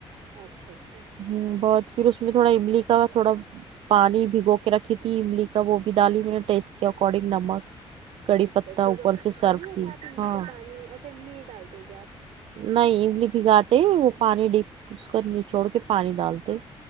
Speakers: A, on the right (about 85°); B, on the right (about 60°).
A: اچھا اچھا
B: ہوں بہت پھر اس میں تھوڑا املی کا تھوڑا پانی بھگو کے رکھی تھی املی کا وہ بھی ڈالی میں نے ٹیسٹ کے اکارڈنگ نمک کڑی
A: ہاں اچھا
B: پتہ
A: تو
B: اوپر
A: زا کھٹا
B: سے سرو
A: نہیں ہوتا
B: کی
A: آپ املی
B: ہاں
A: کا پانی اچھا املی نہیں ڈالتے ہو گے آپ
B: نہیں املی بھگاتے ہی وہ پانی ڈپ اس کو نچوڑ کے پانی ڈالتے